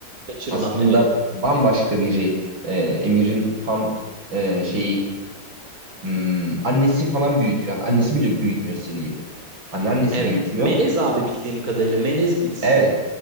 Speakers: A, on the right (about 45°); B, on the right (about 70°).
A: kaçırılan
B: Aslında
A: evet.
B: bambaşka biri. E, Emir'in tam e, şeyi hmm, annesi falan büyütüyor. Hatta annesi bile büyütmüyor Ciri'yi. Anneannesi
A: Evet.
B: büyütüyor.
A: Melez abi bildiğim kadarıyla. Melez birisiri.
B: Evet.